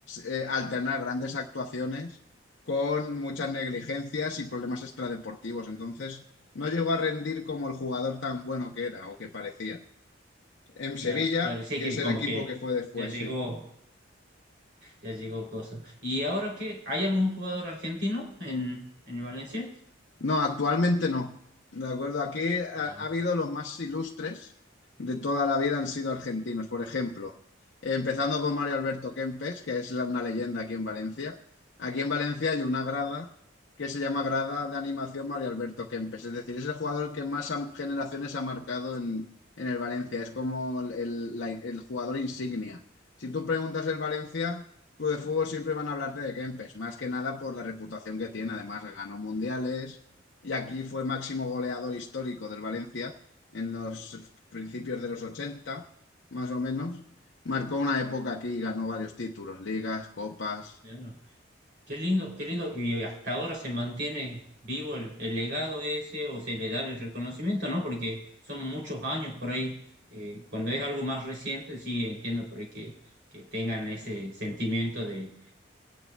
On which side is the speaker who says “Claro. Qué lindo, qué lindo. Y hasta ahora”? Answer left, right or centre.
Right